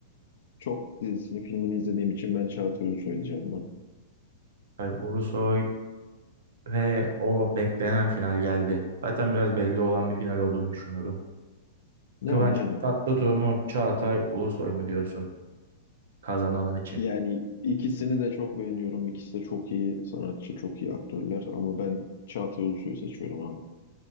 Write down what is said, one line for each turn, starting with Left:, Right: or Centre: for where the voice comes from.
Left: çok dizisini filmini izlediğim için ben Çağatay Ulusoy diyeceğim buna.
Right: Çağatay Ulusoy Ve o beklenen final geldi. Zaten biraz belli olan bir final olduğunu düşünüyorum.
Left: Yani
Right: Kıvanç
Left: aynen.
Right: Tatlıtuğ mu Çağatay Ulusoy mu diyorsun kazananın için?
Left: Yani ikisini de çok beğeniyorum. İkisi de çok iyi sanatçı, çok iyi aktörler ama ben Çağatay Ulusoy'u seçiyorum abi.